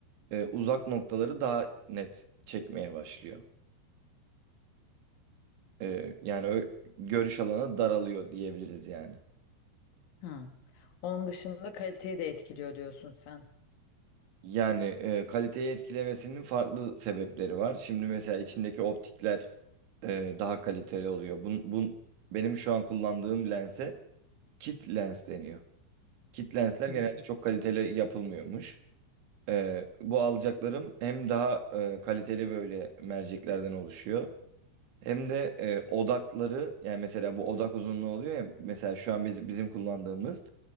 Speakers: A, on the right; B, on the left.
A: e, uzak noktaları daha net çekmeye başlıyor. E, yani ö- görüş alanı daralıyor diyebiliriz yani.
B: Hı. Onun dışında kaliteyi de etkiliyor diyorsun sen.
A: Yani e, kaliteyi etkilemesinin farklı sebepleri var. Şimdi mesela içindeki optikler e, daha kaliteli oluyor. Bun, bun, benim şu an kullandığım lense kit lens deniyor. Kit lensler
B: Hı
A: genelde çok kaliteli yapılmıyormuş. Ee, bu alacaklarım hem daha e, kaliteli böyle merceklerden oluşuyor. Hem de e, odakları yani mesela bu odak uzunluğu oluyor ya mesela şu an biz, bizim kullandığımız